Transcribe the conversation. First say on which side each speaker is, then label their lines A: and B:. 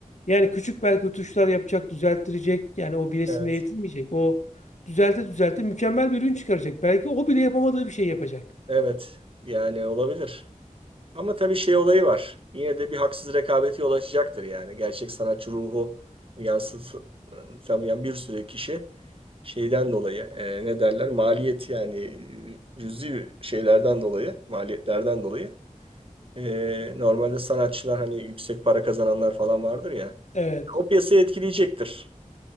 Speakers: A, on the left; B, on the right.
A: Yani küçük belki tuşlar yapacak, düzelttirecek. Yani o bir resimle
B: Evet,
A: yetinmeyecek. O düzelte düzelte mükemmel bir ürün çıkaracak. Belki o bile yapamadığı bir şey yapacak.
B: evet yani olabilir. Ama tabii şey olayı var. Yine de bir haksız rekabeti yol açacaktır yani. Gerçek sanatçı ruhu yansıtamayan bir sürü kişi şeyden dolayı e, ne derler maliyet yani e, cüzi şeylerden dolayı maliyetlerden dolayı e, normalde sanatçılar hani yüksek para kazananlar falan vardır ya
A: Evet,
B: o piyasayı etkileyecektir.